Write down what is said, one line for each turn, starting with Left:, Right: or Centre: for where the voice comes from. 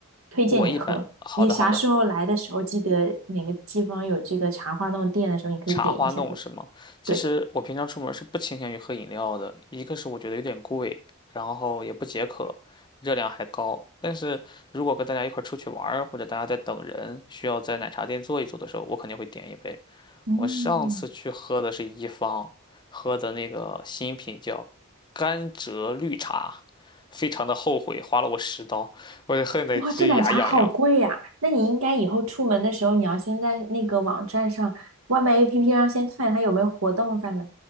Right: 推荐你喝。
Left: 我一般，好的好的。
Right: 你啥时候来的时候，记得哪个地方有这个茶花弄店的时候，你可以点一下的
Left: 茶花弄是吗？其实我平常出门是不倾向于喝饮料的，
Right: 对，
Left: 一个是我觉得有点贵，然后也不解渴，热量还高。但是如果跟大家一块儿出去玩儿或者大家在等人，需要在奶茶店坐一坐的时候，我肯定会点一杯。
Right: 嗯。
Left: 我上次去喝的是一方，喝的那个新品叫甘蔗绿茶，非常的后悔，花了我十刀，我就恨得直牙痒痒。
Right: 哇，这奶茶好贵呀、那你应该以后出门的时候，你要先在那个网站上、外卖 APP 上先看它有没有活动再买。